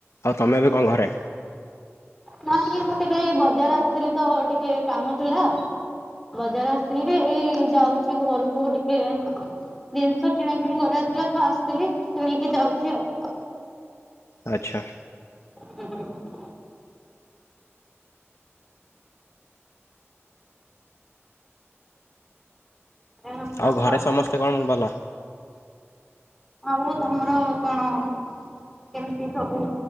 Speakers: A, on the left; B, in the centre.
A: ଆଉ ତମେ ଏବେ କଣ ଘରେ?
B: ନାଇଁ ମୁଁ ଟିକେ ଏଇ ବଜାର ଆସିଥିଲି ତ ଟିକେ କାମ ଥିଲା। ବଜାର ଆସିଥିଲି, ଏଇ ଯାଉଛି ଘରକୁ ଟିକେ। ଜିନିଷ କିଣା କିିଣି କରିବାର ଥିଲା ତ ଆସିଥିଲି କିଣିକି ଯାଉଚି ଆଉ।
A: ଆଚ୍ଛା।
B: ହୁଁ। ଏୟା ସବୁ କଥା
A: ଆଉ ଘରେ ସମସ୍ତେ କଣ ଭଲ?
B: ଆଉ ତମର କଣ କେମିତି ସବୁ